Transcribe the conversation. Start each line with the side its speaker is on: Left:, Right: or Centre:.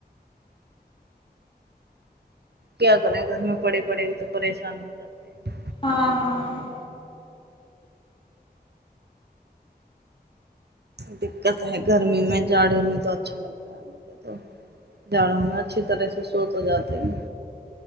Right: क्या करे घरमे पड़े पड़े भी तो परेशान हो जाते है।
Left: हँ हँ <inaudible>
Right: दिक्कत है गर्मी में जाड़े में तो अच्छा लगता है जाड़ोंमें अच्छी तरह से सो तो जाते है।